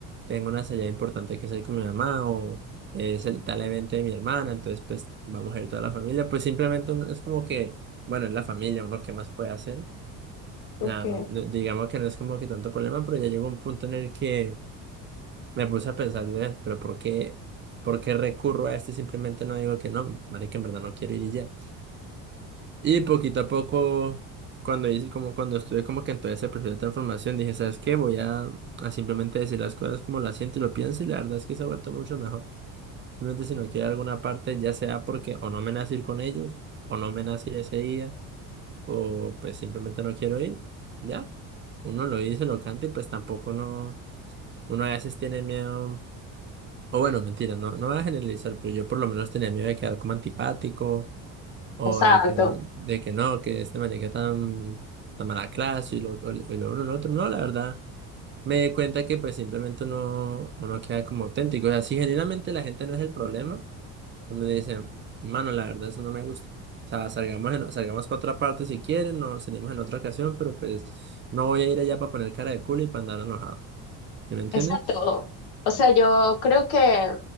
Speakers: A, on the right; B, on the left.
A: tengo una salida importante que salir con mi mamá o es el tal evento de mi hermana, entonces pues vamos a ir toda la familia, pues simplemente uno- es como que, bueno, es la familia, uno qué más puede hacer.
B: Ok,
A: Nada, no- digamos que no es como que tanto problema, pero ya llegó un punto en el que me puse a pensar, "Ve, pero ¿por qué, por qué recurro a esto y simplemente no digo que no, marica, en verdad no quiero ir y ya? Y poquito a poco, cuando hice, como cuando estuve como que en todo ese proceso de transformación, dije, ¿sabes qué? Voy a, a simplemente decir las cosas como las siento y lo pienso, y la verdad es que se ha vuelto mucho mejor. Simplemente si no quiero alguna parte, ya sea porque o no me nace ir con ellos, o no me nace ir ese día, o pues simplemente no quiero ir, ya. Uno lo dice, lo canta, y pues tampoco no uno a veces tiene miedo. O bueno, mentira, no, no voy a generalizar, pero yo por lo menos tenía miedo de quedar como antipático o
B: exacto.
A: de que, de que no, que este marica tan, tan mala clase y lo, o- y lo uno y lo otro. No, la verdad, me di cuenta que pues simplemente uno, uno queda como auténtico. O sea, si genuinamente la gente no es el problema, uno le dice, mano, la verdad, eso no me gusta. O sea, salgamos, en- salgamos para otra parte si quieren, nos salimos en otra ocasión, pero pues no voy a ir allá para poner cara de culo y para andar enojado. ¿Sí ¿Me entiendes?
B: Exacto. O sea, yo creo que